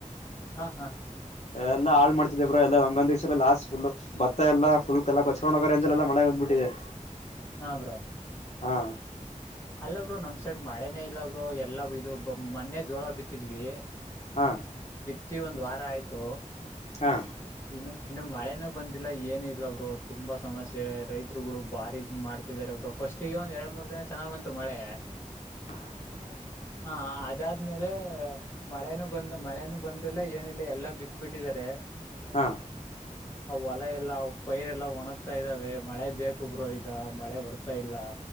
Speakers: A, on the left; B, on the left.
A: ಹಾ ಹಾ
B: ಎಲ್ಲ ಹಾಳ್ ಮಾಡ್ತ ಬ್ರೋ ಎಲ್ಲ ಒಂಗೊಂದ ದಿವ್ಸ ಲಾಸ್ಟ್ ಫುಲ್ ಭತ್ತ ಎಲ್ಲ ಫುಲ್ ಎಲ್ಲ ಕೊಕೊಂಡಗರಲ್ಲ ಮಳೆ ಬಂದ್ಬಿಟ್ಟಿದೆ <unintelligible>
A: ಹಾ ಬ್ರೋ
B: ಹಾ
A: ಅಲ್ಲ ಬ್ರೋ ನಮ್ ಸೈಡ್ ಮಳೆನೆೇ ಇಲ್ಲ ಬ್ರೋ ಎಲ್ಲಾ ಇದು ಮೊನ್ನೆ ಜೋಳ ಬಿತ್ತಿದ್ವಿ
B: ಹಾ
A: ಪ್ರತಿ ಒಂದು ವಾರ ಆಯ್ತು
B: ಹಾ
A: ಇನ್ನು ಇನ್ನು ಮಳೆನ ಬಂದಿಲ್ಲ ಏನು ಇಲ್ಲ ಬ್ರರು ತುಂಬಾ ಸಮಸ್ಯೆ ರೈತರುಗಳು ಬಾರಿ ಮಾಡ್ತಿದಿದ್ದಾರೆರು ಫಸ್ಟಗೆ ಒಂದ್ ಎರಡ್ ಮೂರ್ ದಿನ ಚೆನ್ನ ಬಂತು ಮಳೆ
B: <unintelligible>
A: ಹಾ ಅದಾದ್ಮೇಲೆ ಮಳೆನೂ ಬಂದ ಮಳೆನೂ ಬಂದಲ್ಲ ಏನ ಇಿಲ್ಲ ಎಲ್ಲಾ ಬಿತ್ ಬಿಿಟ್ಟಿದಿದ್ದಾರೆ
B: ಹಾ
A: ಆ ಹೊಲ ಎಲ್ಲ ಪೈರ್ ಎಲ್ಲಾ ಒಣಗ್ತಾ ಇದಾವೆ ಮಳೆ ಬೇಕು ಬ್ರೋ ಈಗ ಮಳೆ ಬರ್ತಾ ಇಲ್ಲ